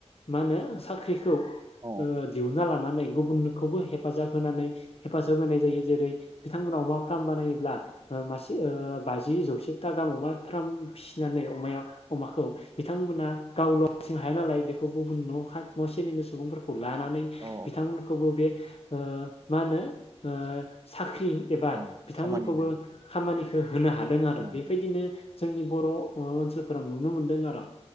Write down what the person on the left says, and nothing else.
मा होनो साख्रिखौ
ओ दिहुनना लानानै गुबुनखौबो हेफाजाब होनानै हेफाजाब होनाय जायो जेरै बिथांमोनाव अमा फार्म बानायोब्ला ओ मासे बाजि जौसे था दामावबा फ्राम फिसिनानै अमाया अमाखौ बिथांमोना गावल' हारसिं हाया नालाय बेखौ गुबुन न' न' सेनिनो सुबुंफोरखौ लानानै
बिथांमोनखौबो बे ओ मा होनो ओ साख्रि एबा
बिथांमोनखौबो
खामानिखो होनो हादों आरो
बेफायदिनो जोंनि बर' ओ ओनसोलफोराव नुनो मोनदों आर'